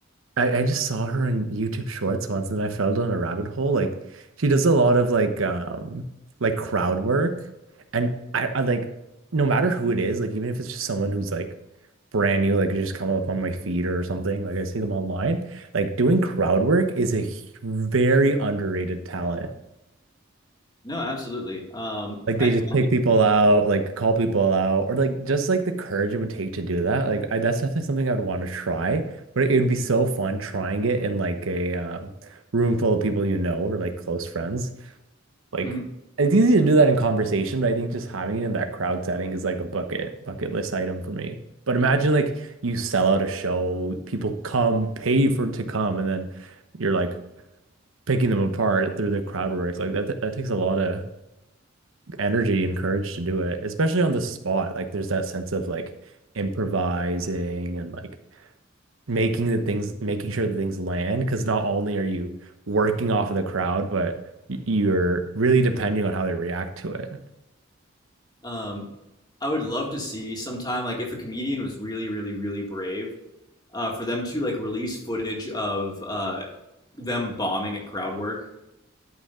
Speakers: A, on the right; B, on the left.
A: I I just saw her on YouTube Shorts once and I fell down a rabbit hole. Like she does a lot of like um like crowd work and I I like no matter who it is like even if it's just someone who's like brand new, like just come up on my feed or something. Like I see them online. Like doing crowd work is a h- very underrated talent.
B: No, absolutely. Um,
A: Like they
B: I
A: just pick people out, like call people out, or like just like the courage it would take to do that. Like I, that's definitely something I would want to try, but it would be so fun trying it in like a um, room full of people you know or like close friends. Like
B: Mhm.
A: it's easy to do that in conversation, but I think just having it in that crowd setting is like a bucket bucket list item for me. But imagine like you sell out a show, people come, pay for to come, and then you're like picking them apart through the crowd work. Like that that takes a lot of energy and courage to do it, especially on the spot. Like there's that sense of like improvising and like making the things, making sure the things land. Because not only are you working off of the crowd, but y- you're really depending on how they react to it.
B: um, I would love to see sometime like if a comedian was really, really, really brave, uh, for them to like release footage of uh, them bombing at crowd work.